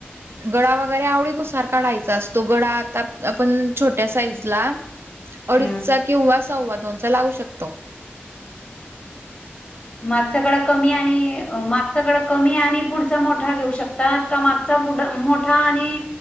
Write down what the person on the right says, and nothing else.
गळां वगैरें आवडीनुसार काढांयचा असतो गळां आंता आपणं छोट्यां साईज लां अडीचं
चां किंवा सव्वा दोन चां लावूं शकतो